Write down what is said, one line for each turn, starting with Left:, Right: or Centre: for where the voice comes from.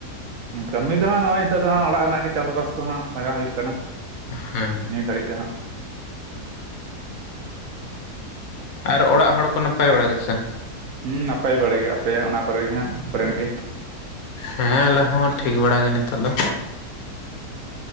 Right: ᱠᱟᱹᱢᱤ ᱫᱚ ᱦᱟᱸᱜ ᱱᱚᱜᱼᱚᱭ ᱱᱤᱛᱚᱜ ᱫᱚ ᱦᱟᱸᱜ ᱚᱲᱟᱜ ᱨᱮᱱᱟᱜ ᱜᱮ ᱪᱟᱥᱵᱟᱥ᱾ ᱠᱚ ᱦᱟᱸᱜ ᱞᱟᱜᱟᱣ ᱦᱩᱭᱩᱜ ᱠᱟᱱᱟ
Left: ᱦᱮᱸ
Right: ᱱᱤᱭᱟᱹ ᱜᱷᱟᱹᱲᱤᱡ ᱫᱚ ᱦᱟᱸᱜ᱾
Left: ᱟᱨ ᱚᱲᱟᱜ ᱦᱚᱲ ᱠᱚ ᱱᱟᱯᱟᱭ ᱵᱟᱲᱟ ᱜᱮᱥᱮ?
Right: ᱦᱩᱸ ᱱᱟᱯᱟᱭ ᱵᱟᱲ ᱜᱮ ᱟᱯᱮ ᱚᱱᱟ ᱠᱚᱨᱮ ᱦᱟᱸᱜ ᱟᱯᱚᱨᱮᱱ ᱜᱮ?
Left: ᱦᱮᱸᱟᱞᱮ ᱦᱚᱸ ᱴᱷᱤᱠ ᱵᱟᱲᱟ ᱜᱮ ᱱᱤᱛᱚᱜ ᱫᱚ᱾